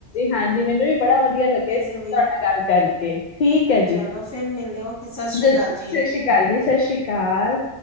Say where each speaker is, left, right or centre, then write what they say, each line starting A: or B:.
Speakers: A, on the left (about 55°); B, on the left (about 15°).
A: ਹਾਂਜੀ ਮੈਨੂੰ ਵੀ ਬੜਾ ਵਧੀਆ ਲੱਗਿਆ
B: ਮੈਨੂੰ
A: ਤੁਹਾਡੇ
B: ਵੀ
A: ਨਾਲ ਗੱਲ ਕਰਕੇ ਠੀਕ ਹੈ
B: ਚਲੋ
A: ਜੀ
B: ਫਿਰ ਮਿਲਦੇ ਹਾਂ। ਓਕੇ ਸ੍ਰੀ
A: ਸਤਿ
B: ਅਕਾਲ ਜੀ।
A: ਸ਼੍ਰੀ ਸਤਿ ਸ੍ਰੀ ਅਕਾਲ ਜੀ ਸਤਿ ਸ਼੍ਰੀ ਅਕਾਲ